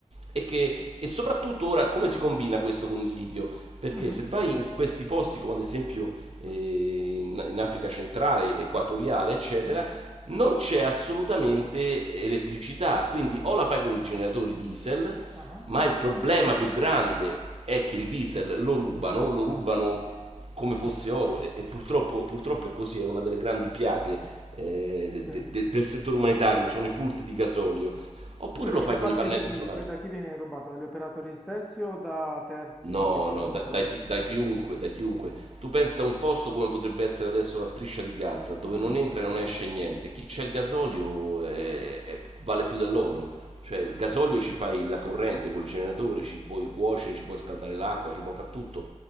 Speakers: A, on the right; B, in the centre.
A: e, che, e soprattutto ora come si combina questo con il litio? Perché
B: Mhm,
A: se vai in questi posti come ad esempio eh, in, in Africa centrale, equatoriale, eccetera,
B: Sì,
A: non c'è assolutamente elettricità, quindi o la fai con i generatori diesel,
B: ah,
A: ma il problema più grande è che il diesel lo rubano, lo rubano come fosse
B: <laughs>
A: oro e, e purtroppo, purtroppo è così, è una delle grandi piaghe eh,
B: Sì.
A: de- de- del settore umanitario, sono i furti di gasolio, oppure
B: Scusami,
A: lo fai
B: da
A: con
B: parte
A: i pannelli
B: di chi?
A: solari.
B: Que- Da chi viene rubato? Dagli operatori stessi o da terzi
A: No,
B: che si intrufolano?
A: no, da, da chi- da chiunque, da chiunque. Tu pensa a un posto come potrebbe essere adesso la striscia di Gaza, dove
B: Mhm,
A: non entra e non esce niente. Chi c'è il gasolio eh, eh, vale più dell'oro. Cioè, il
B: ho capito.
A: gasolio ci fai la corrente col generatore, ci puoi cuocere, ci puoi scaldare l'acqua, ci puoi fare tutto.